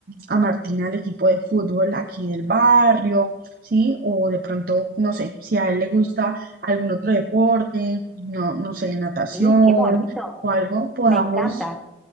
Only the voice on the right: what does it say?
a Martina al equipo de fútbol aquí del barrio ¿sí? O de pronto, no sé, si a él le gusta algún otro deporte, no, no sé, natación
o algo, podamos